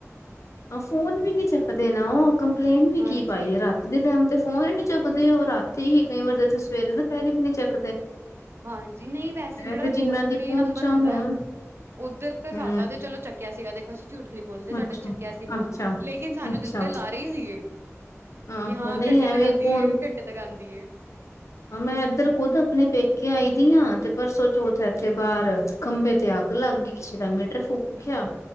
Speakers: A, on the left (about 70°); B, on the right (about 50°).
A: ਆ ਫੋਨ ਵੀ ਨੀ ਚੱਕਦੇ ਨਾ ਉਹ ਕੰਪਲੇਂਟ ਵੀ
B: ਹਾਂਜੀ।
A: ਕੀ ਪਾਈ ਰਾਤੀ ਦੇ ਟਾਈਮ ਤੇ ਫੋਨ ਚੱਕਦੇ ਉਹ ਰਾਤੀ ਹੀ ਕਈ ਵਾਰੀ ਉਥੇ ਸਵੇਰੇ ਦੁਪਹਿਰੇ ਵੀ ਨਹੀਂ ਚੱਕਦੇ।
B: ਹਾਂਜੀ ਨਹੀਂ ਵੈਸੇ ਜਿਹੜਾ
A: ਇਹ ਤੇ ਜਿੰਨਾਂ
B: ਟੋਲ
A: ਦੀ
B: ਫ੍ਰਰੀ
A: ਪਹੁੰਚਾਂ
B: ਨੰਬਰ ਹੁੰਦਾ
A: ਹੋਣ
B: ਉੱਧਰ ਤੇ ਸਾਡਾ
A: ਹੂੰ
B: ਤੇ ਚਲੋ ਚੱਕਿਆ ਸੀਗਾ ਦੇਖੋਸੀ। ਝੂਠ ਨੀ ਬੋਲਦੇ ਸਾਡਾ
A: ਅੱਛਾ,
B: ਚੱਕਿਆ ਸੀ ਹੁਣ
A: ਅੱਛਾ।
B: ਲੇਕਿਨ ਸਾਨੂੰ
A: ਅੱਛਾ,
B: ਦਿੱਤੇ ਲਾ ਰਹੇ ਹੀ ਸੀਗੇ।
A: ਆਹੋ
B: ਕਿ ਹਾਂ
A: ਨਹੀਂ
B: ਘੰਟੇ
A: ਐਵੇਂ
B: ਤੱਕ ਆਉਂਦੀ
A: ਕੌਣ
B: ਹੈ ਘੰਟੇ ਤੱਕ ਆਉਂਦੀ ਹੈ।
A: ਹਾਂ ਮੈਂ ਇੱਧਰ ਖੁੱਦ ਆਪਣੇ ਪੇਕੇ ਆਈ ਦੀ ਹਾਂ ਤੇ ਪਰਸੋਂ ਚੌਥ ਇੱਥੇ ਬਾਹਰ ਖੰਬੇ ਤੇ ਅੱਗ ਲੱਗ ਗਈ ਕਿਸੇ ਦਾ ਮੀਟਰ ਫੂਕ ਗਿਆ।